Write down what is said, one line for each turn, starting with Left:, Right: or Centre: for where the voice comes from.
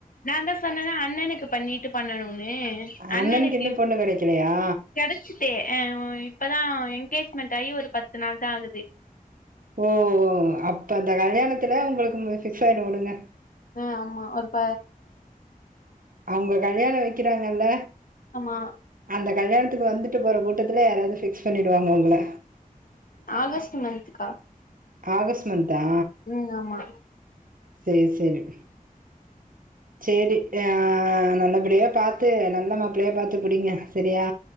Left: நா தா சொன்னல அண்ணனுக்கு பண்ணிட்டு பண்ணணுன்னு அண்ணணுக்கு
Right: அண்ணனுக்கு இன்னு பொண்ணு கெடைக்கலையா
Left: கெடச் ச்சு இப்பதா எங்கேஜ்மெண்ட் ஆகி ஒரு பத்து நாள் தா ஆகுது
Right: ஓ அப்ப அந்தக் கல்யாணத்துல உங்குளுக்கு ஃபிக்ஸ் ஆயிடு வுடுங்க
Left: ஆ ஆமா ஒரு ப
Right: அவுங்க கல்யாணோ வைக்கிறாங்கல்ல
Left: ஆமா
Right: அந்த கல்யாணத்துக்கு வந்துட்டு போற கூட்டத்துல யாராவது ஃபிக்ஸ் பண்ணிடுவாங்க உங்கள
Left: ஆகஸ்ட் மந்த்க்கா
Right: ஆகஸ்ட் மந்த் தா
Left: ம் ஆமா
Right: சேர் சேரி சேரி ஆ நல்லபடியே பாத்து நல்ல மாப்ளையா பாத்து புடிங்க சேரியா